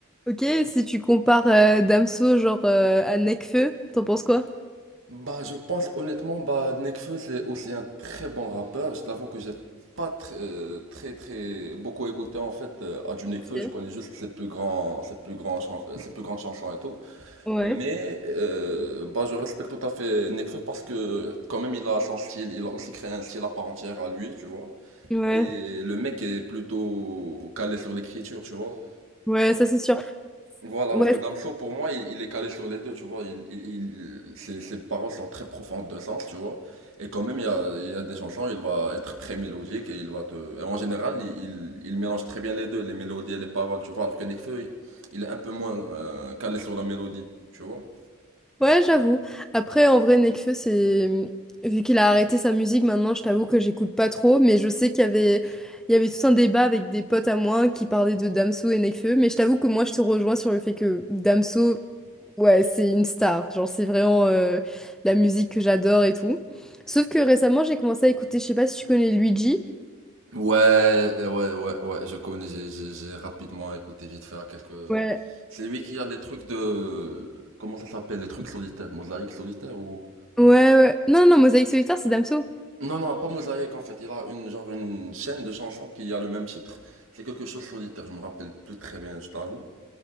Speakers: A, in the centre; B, on the right.
A: Ok, si tu compares euh, Damso genre euh, à Nekfeu, t'en penses quoi?
B: Bah, je pense honnêtement, bah, Nekfeu, c'est aussi un très bon rappeur. Je t'avoue que j'ai pas tr- euh, très, très, beaucoup écouté en fait euh, à du Nekfeu.
A: Ok.
B: Je connais juste ses plus grands, ses plus grands, chan- euh, ses plus grandes chansons et tout.
A: Ouais,
B: Mais euh, bah, je respecte tout à fait Nekfeu parce que quand même, il a son style. Il a aussi créé un style à part entière à lui, tu vois.
A: ouais,
B: Et le mec est plutôt calé sur l'écriture, tu vois.
A: ouais, ça c'est sûr.
B: Voilà,
A: Ouais,
B: alors que Damso, pour moi, il, il est calé sur les deux, tu vois. Il, il, il- ses, ses paroles sont très profondes de sens, tu vois. Et quand même, il y a, il y a des chansons, il va être très mélodique et il va te... Et en général, il, il, il mélange très bien les deux, les mélodies et les paroles, tu vois. Alors que Nekfeu, il il est un peu moins euh, calé sur la mélodie, tu vois.
A: ouais, j'avoue. Après, en vrai, Nekfeu, c'est vu qu'il a arrêté sa musique, maintenant, je t'avoue que j'écoute pas trop, mais je sais qu'il y avait, il y avait tout un débat avec des potes à moi qui parlaient de Damso et Nekfeu, mais je t'avoue que moi, je te rejoins sur le fait que Damso, ouais, c'est une star. Genre, c'est vraiment euh, la musique que j'adore et tout. Sauf que récemment, j'ai commencé à écouter, je sais pas si tu connais Luigi.
B: Ouais, euh, ouais, ouais, ouais, je connais, j'ai j'ai- j'ai rapidement écouté vite fait à quelques...
A: Ouais.
B: C'est lui qui a les trucs de... Comment ça s'appelle? Les trucs solitaires, mosaïque solitaire ou...
A: Ouais, ouais. Non, non, non, Mosaïque solitaire, c'est Damso.
B: Non, non, pas Mosaïque en fait. Il a une, genre, une chaîne de chansons qui a le même titre. C'est quelque chose de solitaire, je me rappelle plus très bien, je t'avoue.